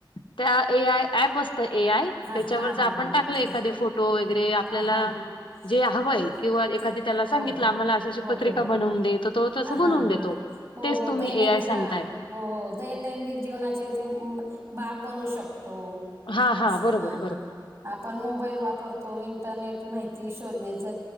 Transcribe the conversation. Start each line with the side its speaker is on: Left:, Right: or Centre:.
Left: त्या ए आय ऍप असत ए आय
Right: हां
Left: त्याच्यावर
Right: हां हां
Left: जर आपण
Right: हां
Left: टाकले
Right: ते
Left: एखादे फोट टो वगैरे आपल्याला
Right: हां हां
Left: जे हवंय
Right: हो
Left: किंवा एखादी
Right: ते
Left: त्याला सांगितलं
Right: हो हो
Left: आम्हाला अशी अशी
Right: हो
Left: पत्रिका
Right: हो
Left: बनवून दे तो तसं
Right: हा हा
Left: बनवून देतो.
Right: हा हो
Left: तेच
Right: हो
Left: तुम्ही
Right: दैनंद
Left: ए आय सांगताय.
Right: हा हो हो दैनंदिक जीवनाचे याच भाग बनू शकतो.
Left: हां, हां.
Right: असं
Left: बरोबर,
Right: हा
Left: बरोबर.
Right: हा आपण मोबाईल वापरतो इंटरनेट माहिती शोधण्याच